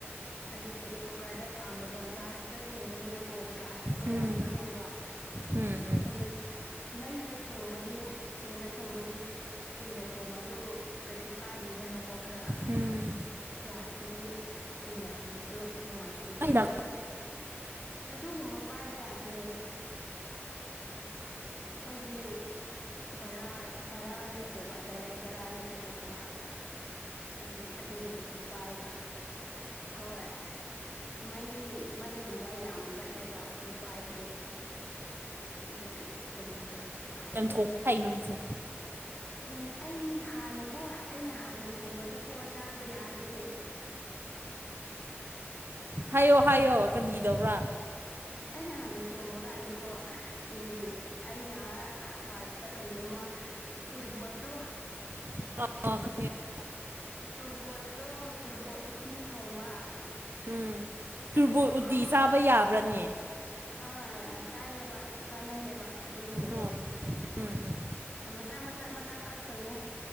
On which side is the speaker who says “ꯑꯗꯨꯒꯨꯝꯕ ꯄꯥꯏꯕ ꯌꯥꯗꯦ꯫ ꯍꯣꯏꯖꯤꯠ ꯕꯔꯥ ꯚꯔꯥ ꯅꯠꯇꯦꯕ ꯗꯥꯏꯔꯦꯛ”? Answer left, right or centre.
Left